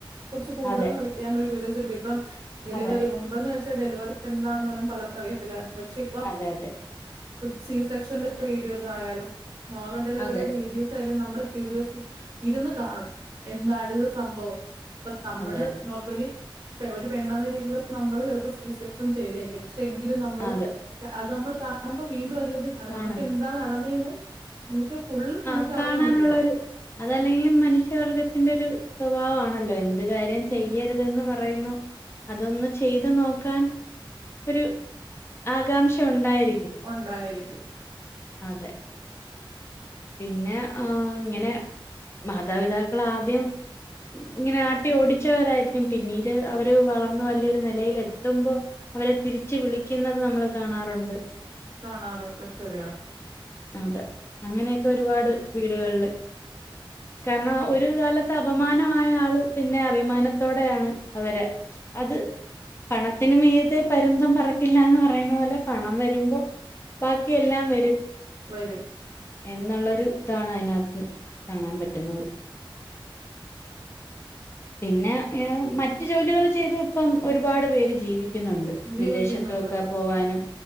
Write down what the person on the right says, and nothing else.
കുറച്ച് കൂടുതൽ
അറിയാന ഒരു ക്യൂരോസിറ്റി ഇപ്പം ഡെലിവറി
മുമ്പ്ന് വെച്ചാ. ഡെലിവറി എന്താണും പലർക്ക അറിയല്ല പക്ഷെ ഇപ്പം
സി സെക്ഷ വീഡിയോസ് ആയാലും നോർമൽ ഡെലിവറിയുടെീസായാല
നമ്മൾക്ൂരിയോ ഇരുന്ന് കാണും എന്താ ഇത് സംഭവം ഇപ്പൊ നമ്മള്
നോർമലി ഒരു പെണ്ണെന്ന രീതിയിൽ നമ്മള് ചിലപ്പോ സീസക്ഷൻ ചെയ്തരിക്കും പക്ഷെ എങ്കിലും നമ്മള്
അത് നമ്മൾ കാണുമ്പോ വീണ്ടും അധിക കാണും
നമുക്ക് എന്താ നടന്നതന്ന് നമുക്ക് ഫള്
നമുക്ക്
അറിയാൻ പറ്റത്തല്ല
ഉണ്ടായിരിക്കും
കാണാറുണ്ട് ശരിയാണ്
വരും
ജീവിക്കുന്നുണ്ട്